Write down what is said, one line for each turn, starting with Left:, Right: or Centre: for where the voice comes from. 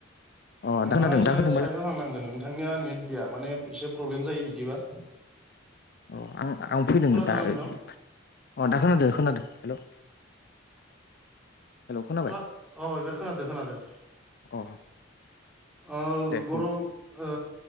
Left: अ
Centre: नोंथाङा
Left: दा खोनादों
Centre: एसे
Left: दा खोनादोंबालाय
Centre: साइदाव थांनांगोन नों थांनिया नेट गैया माने एसे प्रब्लेम जायो बिदिबा।
Left: अ आं आं फैदों
Centre: खोनादोंना
Left: दा
Centre: नोंथां
Left: अ दा खोनादो खोनादो हेलौ खोनाबाय
Centre: अ एबार खोनादो खोनादो।
Left: अ
Centre: ओ
Left: दे
Centre: गरम
Left: बुं
Centre: ओ